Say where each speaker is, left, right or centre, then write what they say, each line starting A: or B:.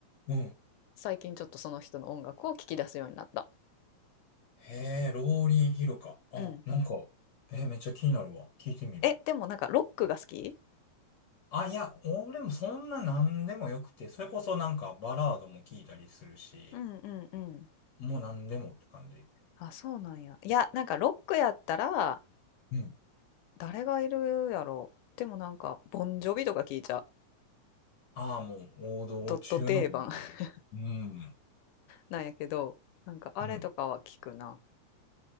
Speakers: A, on the left; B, on the left.
A: うん。
B: 最近ちょっとその人の音楽を聞き出すようになった。
A: へえ、ローリンヒルか。あ、
B: うん。
A: なんか、えーめっちゃ気になるわ。聞いてみる。
B: え、でもなんかロックが好き
A: あ、いや、俺もそんな何でもよくて、それこそなんかバラードも聞いたりするし、
B: うんうんうん。
A: もう何でもって感じ。
B: あ、そうなんや。いや、なんかロックやったら、
A: うん。
B: 誰がいるやろでもなんか、ボンジョビとか聞いちゃう。
A: ああ、もう王道中の王道だね。
B: ドット定番 <laughs>
A: うん。
B: なんやけど、なんかあれとかは聞くな。
A: うん。